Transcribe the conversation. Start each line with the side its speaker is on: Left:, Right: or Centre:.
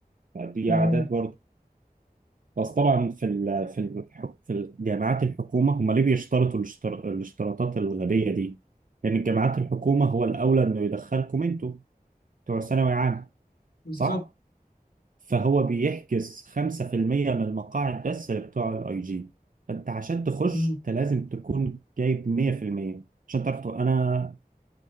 Right: دي
Left: امم
Right: اعداد برضه بس طبعا في ال في ال في الجامعات الحكومة هم ليه بيشترطوا الاشتر- الاشتراطات الغبية دي؟ لأن الجامعات الحكومة هو الأولى إنه يدخلكم أنتوا بتوع ثانوي عام
Left: بالظبط
Right: صح؟ فهو بيحجز 5% من المقاعد بس لبتوع الاي جي فانت عشان تخش
Left: امم
Right: انت لازم تكون جايب 100% عشان تعرف تخ- انا